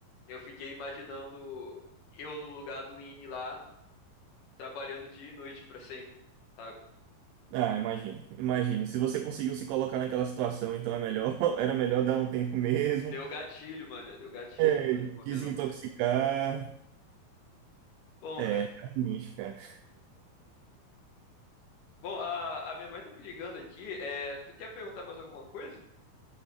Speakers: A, on the left; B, on the right.
A: eu fiquei imaginando eu no lugar do Ini lá, trabalhando dia e noite pra sempre, sabe?
B: Ah, imagino, imagino. Se você conseguiu se colocar naquela situação, então é melhor, <laughs> era melhor dar um tempo mesmo,
A: Deu gatilho, mano, deu gatilho,
B: É,
A: Falei, não vou
B: desintoxicar.
A: ver não. Bom,
B: É, carniz, cara.
A: bom, a, a minha mãe tá me ligando aqui, é, tu quer perguntar mais alguma coisa?